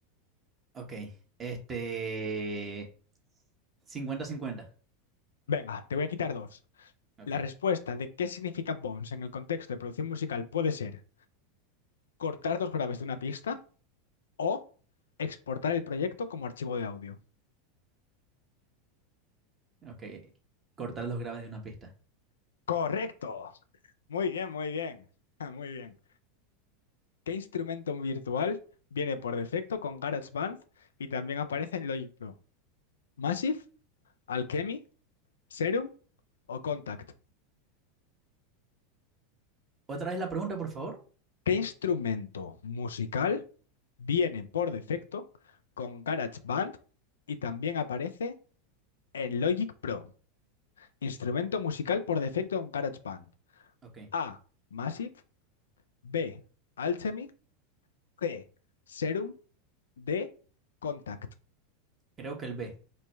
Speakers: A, on the right (about 25°); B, on the left (about 85°).
A: Ok. Este cincuenta cincuenta
B: Venga, te voy a quitar dos.
A: Ok.
B: La respuesta de qué significa bounce en el contexto de producción musical puede ser cortar los graves de una pista o exportar el proyecto como archivo de audio.
A: Ok. Cortar los graves de una pista.
B: Correcto. Muy bien, muy bien. <laughs> Muy bien. ¿Qué instrumento virtual viene por defecto con GarageBand y también aparece en Logic Pro? ¿Massive, Alchemy, Serum o Contact?
A: Otra vez la pregunta, por favor.
B: ¿Qué instrumento musical Viene por defecto con GarageBand y también aparece en Logic Pro. Instrumento musical por defecto en GarageBand.
A: Ok.
B: A. Massive. B. Alchemy. C. Serum. D. Contact.
A: Creo que el B.